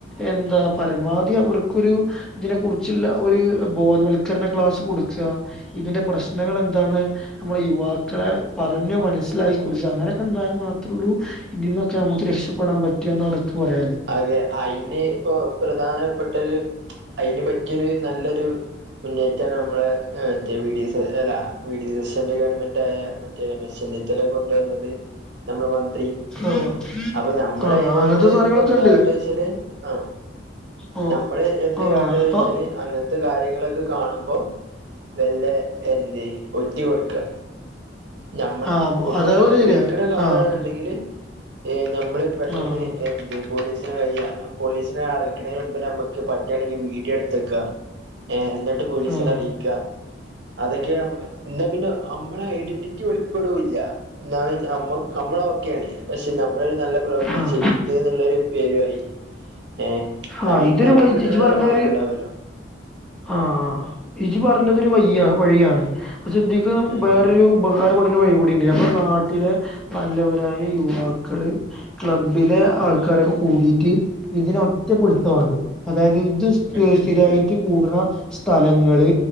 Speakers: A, in the centre; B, on the right.
A: എന്താ പരമാവധി അവർക്കൊരു ഇതിനെ കുറിച്ചുള്ള ഒരു ബോധവൽക്കരണ ക്ലാസ് കൊടുക്കുക ഇതിന്റെ പ്രശ്നങ്ങൾ എന്താന്ന് നമ്മുടെ യുവാക്കളെ പറഞ്ഞ് മനസ്സിലാക്കി കൊടുക്കു അങ്ങനെയൊക്കെ ഒണ്ടായൽ മാത്രേ ഉള്ളൂ ഇതിന്നൊക്കെ നമുക്ക് രക്ഷ രക്ഷ പെടാൻ പറ്റാന്ന് ഒനക്ക് പറയാളേ
B: അതെ അയിന് ഇപ്പൊ പ്രധാനപ്പെട്ട ഒരു അയിന് പറ്റിയൊരു നല്ലൊരു മുന്നേറ്റാണ് നമ്മള് മറ്റേ വി. ഡി സദി അല്ല വി. ഡി സ് ഗവൺമെന്റ് ആയ മറ്റേ രമേശ് ചെന്നിത്തല കൊണ്ടുവന്നത് നമ്മുടെ മന്ത്രി
A: ആഹ്
B: അപ്പൊ നമ്മളെ
A: ആഹ്
B: ഇതുകൊണ്ട്
A: അങ്ങനത്തെ സാധനങ്ങളൊക്കെ
B: <unintelligible>
A: ഉണ്ട്
B: ആ
A: ഓ
B: നമ്മള് എന്ത്
A: ആഹ്
B: കാട്ടവെച്ചാല്
A: അപ്പൊ
B: അങ്ങനത്തെ കാര്യങ്ങളൊക്കെ കാണുമ്പം വെള്ളെ എന്റി ഒറ്റി കൊടുക്കുക നമ്മള്
A: ആഹ്
B: ഇപ്പോ
A: അതാ
B: ഒരാൾ
A: പറയല്
B: ഉപയോഗിക്കണെ കാണുവാണ്
A: ആഹ്
B: എന്നുണ്ടെങ്കില് ഏഹ് നമ്മള് പെട്ടിന്ന്
A: ആഹ്
B: ഏഹ് പോലീസിന് വയ്യ പോലീസിനെ അറക്കണതിന് മുൻപ് നമ്മക്ക് പറ്റയാണെങ്കിൽ വീഡിയോ എടുത്തു വെക്കുക ഏഹ് എന്നിട്ട് പോലീസിനെ
A: ആഹ്
B: അറിയിക്കുക അതൊക്കെയാകുമ്പം എന്നാ പിന്നെ നമ്മടെ ഐഡന്റിറ്റി വെളിപ്പെടുല എന്ന ന നമ്മള ഓക്കെയാണ് പക്ഷെ നമ്മളെരു നല്ല പ്രവൃത്തി
A: ആഹ്
B: ചെയ്തെന്നുള്ളോരു പേരുയായി ഏഹ്
A: ആഹ്
B: അയിന്
A: ഇതൊരു
B: നമ്മുക്ക്
A: വൈ
B: കിട്ട
A: ഇജ്ജ്
B: ഒരു
A: പറഞ്ഞൊരു
B: സമാധാനം ഉണ്ടാവല്ലോ
A: ആഹ് ഇജി പറഞ്ഞതോരു വയ്യിയാണ് വഴിയാണ് ശ്രദ്ധിക്കണം
B: ഉം
A: വേറൊരു
B: ഉം
A: ഉപകാരപ്പെട്ടരു വഴികൂടിയുണ്ട് നമ്മടെ നാട്ടിലെ നല്ലവരായ യുവാക്കള് ക്ലബ്ബിലെ ആൾക്കാരൊക്കെ കൂടിട്ട് ഇതിനെ ഒറ്റപ്പെടുത്താമതി അതായത് ഇത്
B: ഉം
A: സ്ഥിരായായിട്ട്
B: ഉം
A: കൂടുന്ന സ്ഥലങ്ങള്